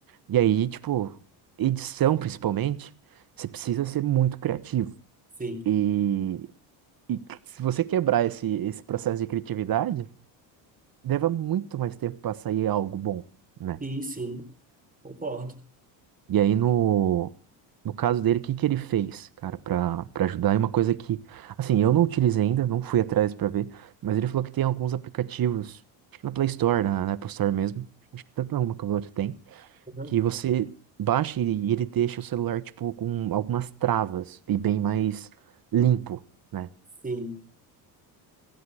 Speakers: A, on the right (about 45°); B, on the right (about 15°).
A: E aí, tipo, edição principalmente, você precisa ser muito criativo.
B: sim,
A: E, e se você quebrar esse, esse processo de criatividade, leva muito mais tempo pra sair algo bom, né?
B: sim, sim, concordo.
A: E aí no No caso dele, o que que ele fez, cara, pra para ajudar? É uma coisa que, assim, eu não utilizei ainda, não fui atrás pra ver, mas ele falou que tem alguns aplicativos, acho que na Play Store, na, na Apple Store mesmo, acho que tanto na uma quanto a outra tem,
B: Aham,
A: que você baixa e e ele deixa o celular, tipo, com algumas travas e bem mais limpo, né?
B: sim.